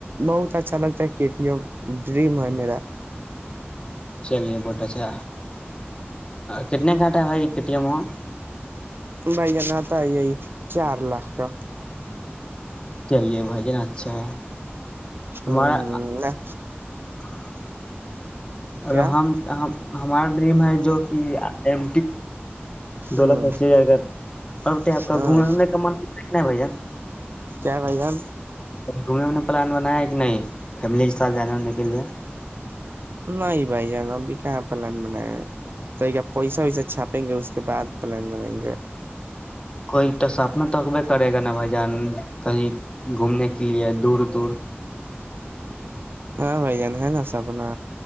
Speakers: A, on the right; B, on the left.
A: بہت اچھا لگتا ہے کے ٹی ایم ڈریم ہے میرا
B: چلیے بہٹ اچھا کتنے گھنٹہ ہے بھائی کے ٹی ایم ہو
A: بھائی جان اتا ہے یہی چار لاکھ کا
B: چلیے بھائی د اچھا ہے ہمارا
A: ہ
B: <unintelligible> اور
A: کیا
B: ہم ہمارا ڈریم ہے جو کہ ایم دو
A: ہ
B: لاکھ اسسی ہزار کا اب کیا اپ
A: ہاں
B: کا نہیں بھ جن
A: کیا بھ جان
B: گھومنے ونے پلان بنایا ہے کہ نہیں فیملی کے ساتھ جانے ہونے کے لیے
A: نہیں بھائی جان ابھی کہاں پلان بنایا تو کیا پیسہ ویسہ چھاپیں گے اس کے بعد پلان بنائیں گے
B: کوئی تو سپنا توکبے کرے گا نا بھائی جان کہیں گھومنے کے لیے دور دور
A: ہاں بائی جان ہے نا سپنا